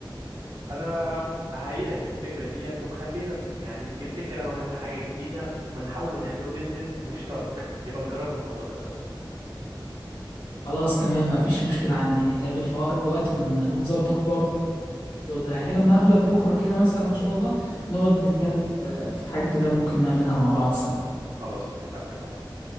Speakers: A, on the right; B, on the left.
A: انا مم- اهيدك في الفكرة ديت وخلينا ن- يعني نبتكر انا وانت حاجة جديدة ونحاول نعمله بيزنس مشترك نبقى نجربوا الموضوع ده سوا
B: خلاص تمام مفيش مشكله عندي نتقابل في اقرب وقت ون- ونظبط برضه الموضوع ده يعني لما اقابلك بكره كده مثلا ان شاء الله نقعد نتكلم في في حاجه كده ممكن نعملها مع بعض سوا
A: خلاص اتفقنا يا ابو حميد